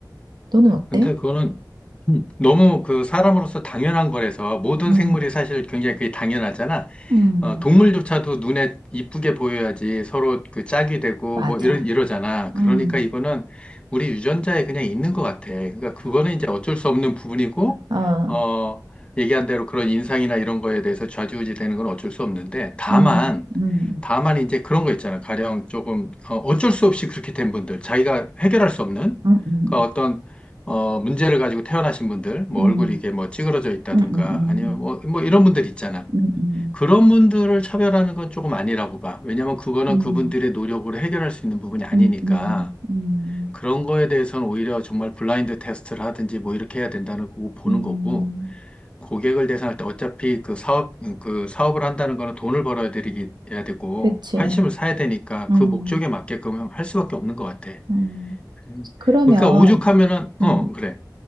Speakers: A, on the right; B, on the left.
A: 너는 어때?
B: 근데 그거는 음, 너무 그 사람으로서 당연한 거라서 모든
A: 음,
B: 생물이 사실 굉장히 그게 당연하잖아.
A: 음,
B: 어, 동물조차도 눈에 이쁘게 보여야지 서로 그 짝이 되고
A: 맞아.
B: 뭐 이러, 이러잖아.
A: 음.
B: 그러니까 이거는 우리 유전자에 그냥 있는 것 같아. 그러니까 그거는 이제 어쩔 수 없는 부분이고,
A: 어.
B: 어, 얘기한 대로 그런 인상이나 이런 거에 대해서 좌지우지 되는 건 어쩔 수 없는데, 다만,
A: 음, 음,
B: 다만 이제 그런 거 있잖아. 가령 조금, 어, 어쩔 수 없이 그렇게 된 분들, 자기가 해결할 수 없는,
A: 음, 음,
B: 그러니까 어떤, 어, 문제를 가지고 태어나신 분들, 뭐
A: 음,
B: 얼굴이 이게 뭐 찌그러져 있다든가,
A: 음, 음, 음,
B: 아니면 뭐, 뭐 이런 분들 있잖아.
A: 음,
B: 그런 분들을 차별하는 건 조금 아니라고 봐. 왜냐면 그거는
A: 음,
B: 그분들의 노력으로 해결할 수 있는 부분이 아니니까.
A: 음, 음, 음,
B: 그런 거에 대해서는 오히려 정말 블라인드 테스트를 하든지 뭐 이렇게 해야 된다는 거고 보는
A: 음.
B: 거고. 고객을 대상할 때 어차피 그 사업, 그 사업을 한다는 거는 돈을 벌어야 되기, 해야 되고,
A: 그치.
B: 환심을 사야 되니까
A: 음,
B: 그 목적에 맞게끔 할 수밖에 없는 것 같아.
A: 음,
B: 음.
A: 그러면,
B: 그러니까 오죽하면은,
A: 음,
B: 어, 그래.